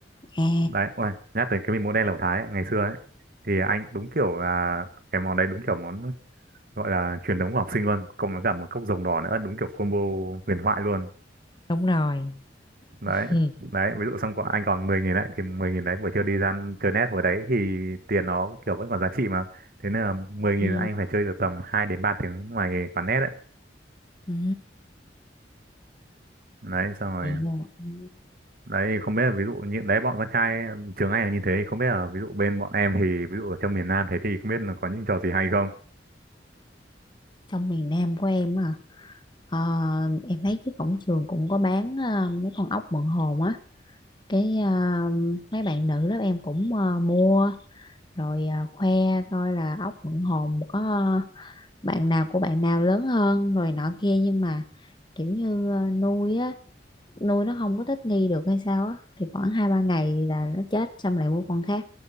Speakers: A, on the left; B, on the right.
A: à
B: đấy ôi nhắc tới cái mì mỗ đen lẩu thái ấy, ngày xưa ấy thì anh đúng kiểu là cái món đấy đúng kiểu món gọi là truyền thống của học sinh luôn cộng với cả một cốc rồng đỏ nữa đúng kiểu combo huyền thoại luôn
A: đúng rồi
B: đấy
A: ừ.
B: đấy ví dụ xong có anh còn 10 nghìn đấy thì 10 nghìn đấy buổi trưa đi ra ăn- chơi net hồi đấy thì tiền nó kiểu vẫn còn giá trị mà thế nên là mười nghìn
A: Ừ.
B: anh phải chơi được tầm 2 đến 3 tiếng ngoài quán net đấy
A: Ừ.
B: đấy xong rồi
A: Vậy là ừ.
B: đấy không biết là ví dụ như đấy bọn con trai trường anh là như thế không biết là ví dụ bên bọn em thì ví dụ ở trong miền Nam thế thì không biết là có những trò gì hay không
A: trong miền Nam của em à Ờ, em thấy trước cổng trường cũng có bán ờ, mấy con ốc mận hồn á cái ờ, mấy bạn nữ lớp em cũng ờ, mua rồi ờ, khoe coi là ốc mận hồn có ờ, bạn nào của bạn nào lớn hơn rồi nọ kia nhưng mà kiểu như ờ, nuôi á nuôi nó không có thích nghi được hay sao á thì khoảng hai ba ngày là nó chết xong lại mua con khác